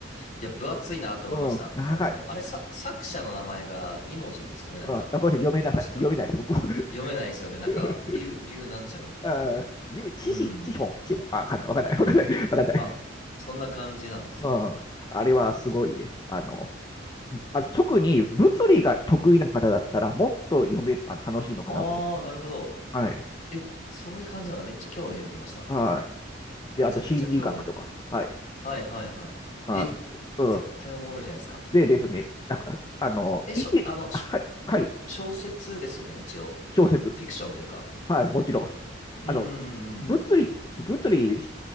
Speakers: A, on the left; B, on the left.
A: いや、分厚いなって思いました。
B: うん、長い。
A: あの、あれ、さ、作者の名前が二文字ですよね、なんか。
B: うん、あごめんなさい、読めなさい。
A: 確か。
B: 読めないです、僕も。
A: 読めないですよね。なんか、
B: <laughs>
A: 竜、竜なんちゃらみたいな。
B: あ十知識、
A: うん。
B: 知本、知本。あ、わかんない、わかんない、わかんない、わかんない。
A: あ、そんな感じなんですね。
B: うん、あれはすごいです。あの、あ特に物理が得意な方だったら、もっと読める、あ楽しいのかなと思ってます。
A: ああなるほど。
B: はい。
A: え、そういう感じなんだ。めっちゃ興味出てきました。
B: はい。
A: めちゃくちゃ興味出てきた。
B: で、あと心理学とか。はい。
A: はいはいはい。
B: あ、
A: え、
B: うん
A: 絶対おもろいじゃないですか。
B: でですね、なんか、あの、
A: え、しょ、
B: いけ、
A: あの、
B: はい、
A: しょ、
B: はい、
A: 小説ですよね、一応。
B: 小説。
A: フィクションというか。
B: はい、もちろん。
A: うんうんうんうん。
B: あの、物理、物理、